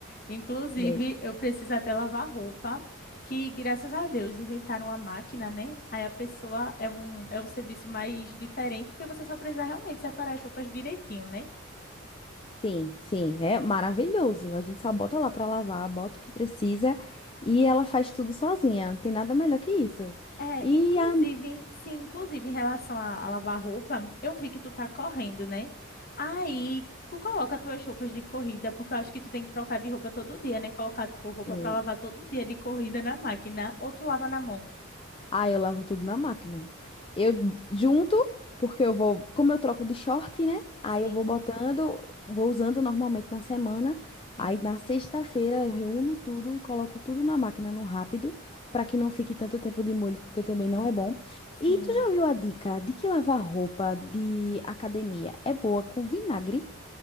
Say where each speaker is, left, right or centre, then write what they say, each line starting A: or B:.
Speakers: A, on the left; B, on the left.
A: Inclusive,
B: Né?
A: eu preciso até lavar roupa, que graças a Deus inventaram a máquina, né? Aí a pessoa é um, é um serviço mais diferente, porque você só precisa realmente separar as roupas direitinho, né?
B: Sim, sim, é maravilhoso. A gente só bota lá pra lavar, bota o que precisa e ela faz tudo sozinha. Não tem nada melhor que isso.
A: É,
B: E
A: inclusive,
B: a,
A: sim, inclusive em relação a, a lavar roupa, eu vi que tu tá correndo, né? Aí tu coloca tuas roupas de corrida, porque eu acho que tu tem que trocar de roupa todo dia, né? Colocar, tipo, roupa
B: Sim.
A: pra lavar todo dia de corrida na máquina, ou tu lava na mão.
B: Ah, eu lavo tudo na máquina. Eu junto, porque eu vou, como eu troco de short, né? Aí
A: Sim,
B: eu vou botando, vou usando normalmente na semana.
A: sim,
B: Aí na sexta-feira eu reúno tudo e coloco tudo na máquina no rápido, para que não fique tanto tempo de molho, porque também não é bom.
A: sim.
B: E tu já viu a dica de que lavar roupa de academia é boa com vinagre?